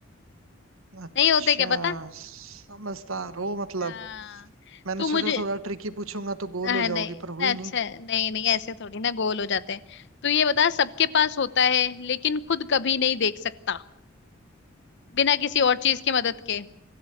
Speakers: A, on the right; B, on the left.
A: अच्छा
B: नहीं होते क्या पता
A: समझदार हो मतलब
B: हाँ
A: मैंने
B: तू
A: सोचा
B: मुझे
A: थोड़ा ट्रिकी पूछूंगा तो गोल
B: हाँ
A: हो जाओगी
B: नहीं
A: पर हुई
B: ना अच्छा
A: नहीं
B: नहीं नहीं ऐसे थोड़ी ना गोल हो जाते हैं तो ये बता सबके पास होता है लेकिन खुद कभी नहीं देख सकता बिना किसी और चीज की मदद के